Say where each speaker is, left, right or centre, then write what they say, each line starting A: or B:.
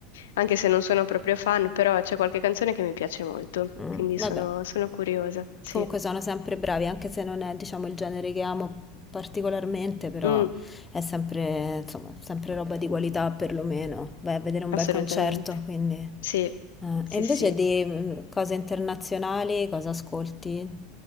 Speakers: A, on the left; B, on the left.
A: anche se non sono proprio fan, però c'è qualche canzone che mi piace molto,
B: mm,
A: quindi
B: Vabbè.
A: sono sono curiosa, sì.
B: Comunque sono sempre bravi, anche se non è, diciamo, il genere che amo particolarmente, però
A: Mm,
B: è sempre, insomma, sempre roba di qualità perlomeno. Vai a vedere un
A: assolutamente.
B: bel concerto, quindi... eh.
A: Sì, sì,
B: E invece
A: sì.
B: di mm, cose internazionali, cosa ascolti?